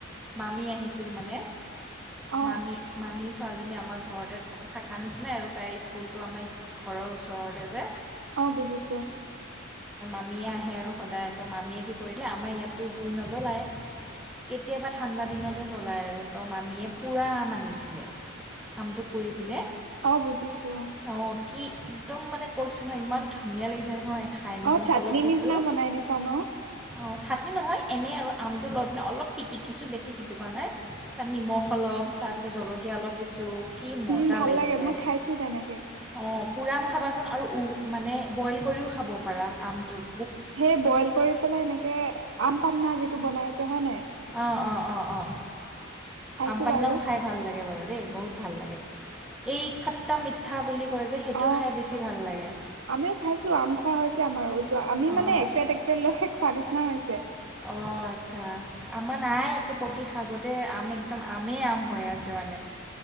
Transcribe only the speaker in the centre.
মামি আহিছিল মানে?
মামি, মামি ছোৱালীজনী আমাৰ ঘৰতে থ থাককা নিচিনা আৰু তাই স্কুলটো আমাৰ ঘৰৰ ওচৰতে যে
সিয়েআৰু আহে সদায় আমাৰ ইয়াত তো জুই নোৱাই কেতিয়া ঠাণ্ডা দিনতহে জ্বলায় আৰু তো মামীয়ে পোৰা আম আনিছিলে আমটো পুৰি পিনে
অঁ কি একদম মানে কৈছো নহয় ইমান ধুনীয়া লাগিছে নহয় খাই নিমখ
অলপ দিছোঁ
অঁ চাটনি নহয় এনেই আৰু আমটো লৈ পিনে অলপ পি পতিকিছো বেছি পিটোৱা নাই তাত নিমখ অলপ তাৰপিছত জলকীয়া অলপ দিছোঁ কি মজা
লাগিছে
অ পোআম খাবাচোন আৰু মানে ব্ৰইল কৰিও খাব পৰা আমটোত
আহ অ অ অ
আমপাননাও
খাই ভাল লাগে বাৰু দেই বহুত ভাল লাগে এই খট্টা মিঠা বুলি কয় যে সেইটো
খাই বেছি ভাল লাগে
অঁ
অঁ আচ্ছা আমাৰ নাই প্ৰতি সাজতে আম একদম আমে আম হৈ আছে মানে